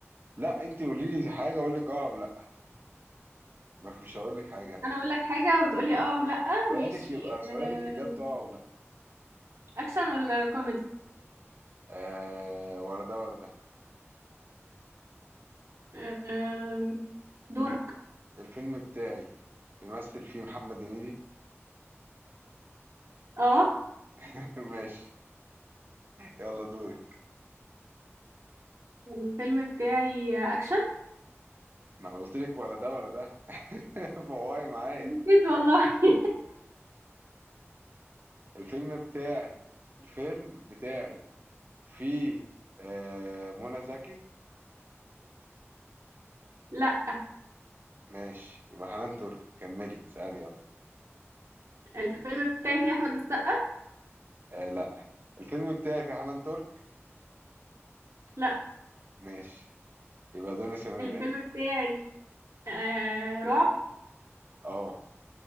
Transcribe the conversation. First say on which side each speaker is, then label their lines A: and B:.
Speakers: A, on the right; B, on the right.
A: لا انت قولي لي حاجه اقول لك اه ولا مفيش هقول لك حاجه انا
B: انا اقول لك حاجة وتقولي اه ولا
A: سؤالك
B: ماشي
A: يبقى
B: آه
A: سؤالك اجابته اه ولا
B: اكشن ولا كوميدي
A: آه ولا ده ولا ده
B: آه دورك
A: الف- الفيلم بتاعي بيمثل فيه محمد هنيدي
B: اه
A: <laughs> ماشي يلا دوري
B: الفيلم بتاعي اكشن
A: ما انا قلت لك ولا ده ولا ده <laughs> فواي معايا
B: نسيت والله <laughs>
A: الفيلم بتاعي الفيلم بتاعي فيه آه منى زكي
B: لا
A: ماشي يبقى حنان ترك كملي سألي يلا
B: الفيلم بتاعي فيه احمد السقا
A: آه لا الفيلم بتاعي فيه حنان ترك
B: لا
A: ماشي يبقى دنيا سمير
B: الفيلم
A: غانم
B: بتاعي آه رعب
A: اه